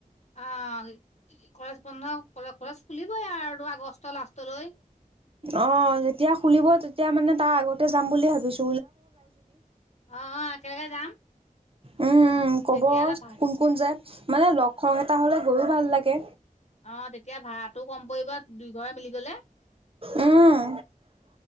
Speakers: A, on the left; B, on the right.
A: অ', কলেজ বন্ধ কলেজ কলেজ খুলিবই আৰু আগষ্টৰ লাষ্টলৈ।
B: অ', যেতিয়া খুলিব তেতিয়া মানে তাৰ আগতে যাম বুলি ভাবিছোঁ।
A: অ'অ', একেলগে যাম।
B: উম্ উম্, ক'ব
A: তেতিয়া অলপ ভাল
B: কোন কোন যায়, মানে লগ সংগ এটা হ'লে গৈও ভাল লাগে।
A: অ', তেতিয়া ভাড়াটো কম পৰিব দুইঘৰে মিলি গ'লে।
B: উম্,